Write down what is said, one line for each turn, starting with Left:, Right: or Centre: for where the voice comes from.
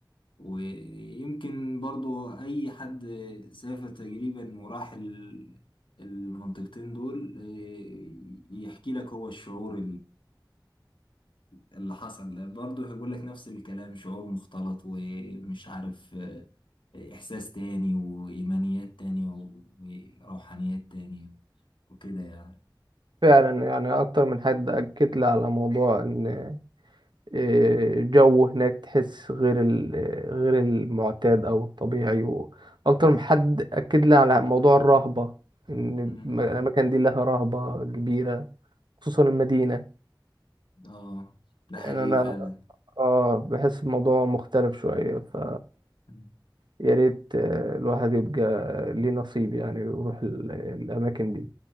Left: ويمكن برضو اي حد سافر تقريبا وراح ال- المنطقتين دول إيه، يحكي لك هو الشعور اللي حصل ده برضه هيقول لك نفس الكلام شعور مختلط ومش عارف آه، إحساس تاني وإيمانيات تانية وروحانيات تانية وكده يعني
Right: فعلا يعني أكتر من حد أكد لي على موضوع إن آه، جو هناك تحس غير ال- آه، غير المعتاد او الطبيعي واكتر من حد اكد لي على موضوع الرهبة ان
Left: مم.
Right: الم- الاماكن دي لها رهبة كبيرة خصوصا المدينة
Left: اه ده
Right: يعني
Left: حقيقي
Right: انا
Left: فعلا
Right: اه بحس الموضوع مختلف شوية ف
Left: مم.
Right: يا ريت آه، الواحد يبقى ليه نصيب يعني ويروح ال- الاماكن دي